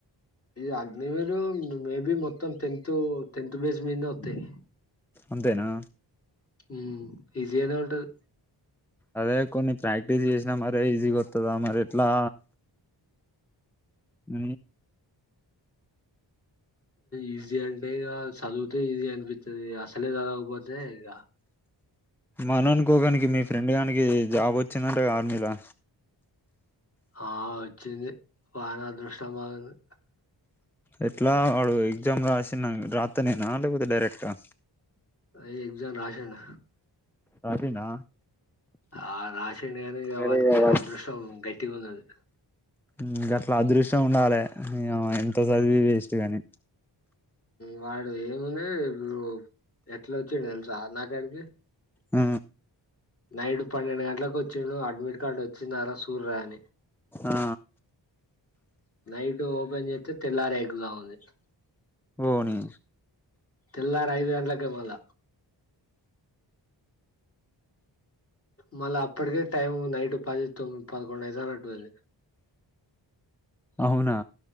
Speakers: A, on the left; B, in the centre.
A: ఇ అగ్ని మీరు మేబీ మొత్తం టెన్త్ టెన్త్ బేస్ మీంద వస్తాయి.
B: అంతేనా
A: ఊ ఈజీగానే ఉంటది.
B: అదే కొన్ని ప్రాక్టీస్ చేసినా మరీజీగా వత్తాదా మరి ఎట్లా ఊ
A: ఈజీ అంటే ఇక చదివితే ఈజీ అనిపిస్తది అసలే చదకపోతే ఇక
B: మనఅనుకోగానికి మీ ఫ్రెండ్ కానికి జాబ్ వచ్చిందంటగా ఆర్మీలా
A: ఆ వచ్చింది వాని అదృష్టం బాగుంది.
B: ఎట్లా వాడు ఎగ్జామ్ రాసిన రాత్తనేనా లేకపోతే డైరెక్ట్గా
A: రేయ్ ఎగ్జామ్ రాసిండు
B: రాసిండా
A: ఆ రాశిండు గాని ఇగ
B: అరే
A: వానికి
B: వాడు
A: అదృష్టం గట్టి ఉన్నది.
B: ఇంక అట్లా అదృష్టం ఉండాలి ఇంక ఎంత చదివి వేస్ట్ కాని
A: వాడు ఏముండు ఇప్పుడు ఎట్లా వచ్చిండు తెలుసా నాకాడికి
B: ఊ
A: నైటు పన్నెండు గంటలకు ఒచ్చిండు అడ్మిట్ కార్డు వచ్చిందారా చూర్రా అని
B: ఆ
A: నైటూ ఓపెన్ చేత్తే తెల్లారేట్టుగా ఉంది.
B: ఓని
A: తెల్లారైదు గంటలకే పోళ్ళ మళ్ళ అప్పటికే టైం నైట్ పది తొమ్మిది పదకొండు ఐతన్నట్టుంది.
B: అవునా